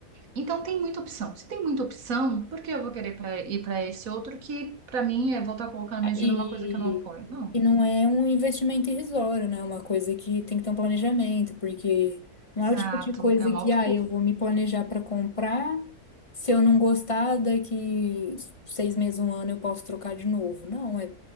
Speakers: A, on the right; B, on the left.
A: Então tem muita opção. Se tem muita opção, por que eu vou querer pra- ir para esse outro que, para mim, é voltar colocando meu dinheiro
B: E,
A: numa coisa que eu não apoio? Não.
B: e não é um investimento irrisório, né? É Uma coisa que tem que ter um planejamento, porque não
A: Exato.
B: é o tipo de coisa
A: É um
B: que,
A: alto
B: ah,
A: custo.
B: eu vou me planejar para comprar, se eu não gostar, daqui seis meses, um ano eu posso trocar de novo. Não, é